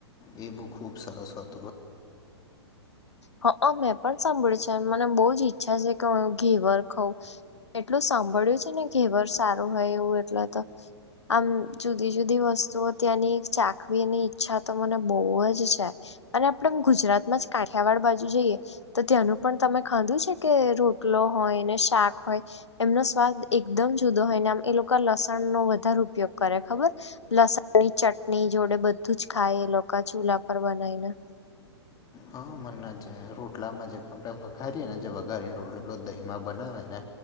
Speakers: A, on the left; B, on the left.
A: એ બુક ખૂબ સરસ વાત.
B: હા. અ મેં પણ સાંભળ્યું છે મને બહુ જ ઈચ્છા છે કે હ ઘેવર ખઉં. એટલું સાંભળ્યું છે ને ઘેવર સારું હોય એવું એટલા તો. આમ જુદી જુદી વસ્તુઓ ત્યાંની ચાખવીની ઈચ્છા તો મને બહુ જ છે. અને આપડેમ ગુજરાતમાં જ કાઠિયાવાડ બાજુ જઈએ. તો ત્યાંનું પણ તમે ખાધું છે કે રોટલો હોય ને શાક હોય. એમનો સ્વાદ એકદમ જુદો હોય ને આમ એ લોકો લસણનોો વધારે ઉપયોગ કરે ખબર. લસણ ની ચટણી જોડે બધું જ ખાય એ લોકો ચૂલા પર બનાવી ને.
A: હા મના જે રોટલામાં જે આપણે વઘારીએે ને જે વઘારીને રોટલો પે દહીમા બનાવે ને.